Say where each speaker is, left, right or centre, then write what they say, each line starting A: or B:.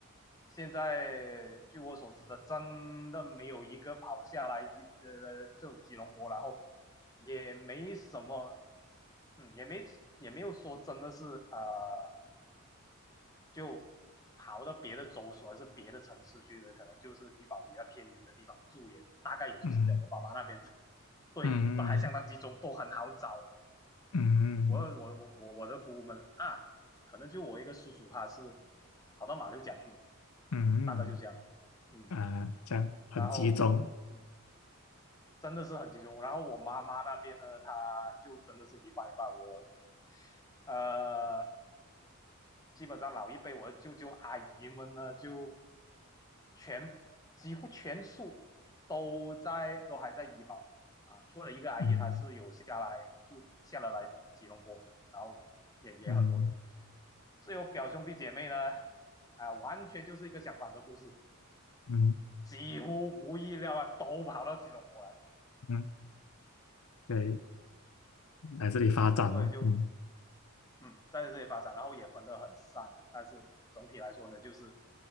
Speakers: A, on the left (about 15°); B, on the left (about 75°).
A: 现在据我所知的，真的没有一个跑下来一呃就吉隆坡，然后也没什么，嗯，也没也没有说真的是呃。就跑到别的州所还是别的城市去的，可能就是怡保比较偏远的地方住也，大概也就是这样。
B: 嗯
A: 我爸爸那边 <laughs> 对，
B: 嗯
A: 都还相当集中，都很好找。
B: 嗯
A: 嗯，我我我我我的姑姑们啊，可能就我一个叔叔他是跑到马六甲去的，
B: 嗯
A: 嗯，大概就这样。嗯，
B: 嗯啊，这样很集中，
A: 然后嗯，真的是很集中。然后我妈妈那边呢，她就真的是一半一半。我呃，基本上老一辈我的舅舅阿姨们呢，就全几乎全数都在都还在医保啊，除了一个阿姨她是有下来就下了来吉隆坡，
B: 嗯
A: 然后也也很多年。
B: 嗯
A: 所以我表兄弟姐妹呢，啊，完全就是一个相反的故事，
B: 嗯
A: 几乎无意料啊都跑到吉隆坡来，
B: 嗯，对，来这里发展哦，
A: 所以就
B: 嗯
A: 嗯，在这里发展，然后也分得很散，但是整体来说呢，就是